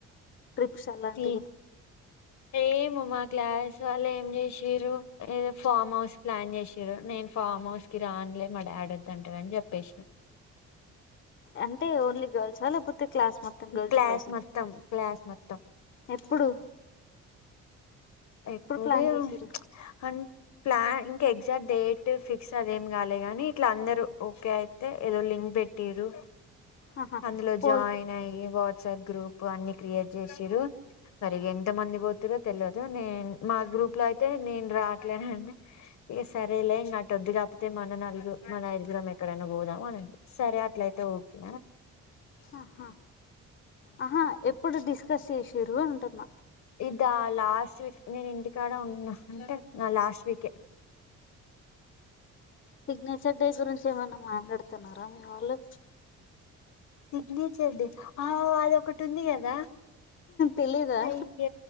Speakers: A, on the left (about 40°); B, on the left (about 65°).
A: ట్రిప్స్ అలాంటివి
B: ఈ ఏమో మా క్లాస్ వాళ్ళ ఏం చేసిరో ఏదో ఫామ్ హౌస్ ప్లాన్ చేసి నేను ఫామ్ హౌస్కి రానులే మా డాడి వద్దంటే అని చెప్పేసి
A: అంటే ఓన్లీ గర్ల్స్ లేకపోతే ఫిఫ్త్ క్లాస్ మొత్తం గర్ల్స్
B: క్లాస్
A: బాయ్స్
B: మొత్తం క్లాస్ మొత్తం
A: ఎప్పుడు
B: ఎప్పుడు
A: ప్లాన్ చేసిర్రు
B: అ ప్లాన్ ఇంకా ఎగ్జాక్ట్ డేట్ ఫిక్స్ అద ఏం కాలే గాని ఇట్లా అందరుూ ఓకే అయితే ఏదో లింక్ పెట్టరు
A: ఆహా
B: అందులో
A: పోల్
B: జాయిన్ అయ్యి వాట్సాప్ గ్రూప్ అన్ని క్రియేట్ చేసిరు మరిగ ఎంత మంది పోతరో తెలియదు నేను మా గ్రూప్ లో అయితే నేను రావట్లేనండి ఇక సరేలే నాద్దిగా కాకపోతే మన నలుగురు మన దుగురం ఎక్కడైనా పోదాం అనడి సరే అట్లయితే ఓకే
A: ఆహా ఆహా ఎప్పుడు డిస్కస్ చేసిండ్రు ఉంటున్న
B: ఇది లాస్ట్ వీక్ నేను ఇంటికాడ ఉన్నా అంటే నా లాస్ట్ వీకే
A: సిగ్నేచర్ డే గురించి ఏమన్నా మాట్లాడుతున్నారా మీ వాళ్ళు
B: సిగ్నేచర్ డే ఆ అదొకటి ఉంది కదా
A: తెలీదా
B: అయ్య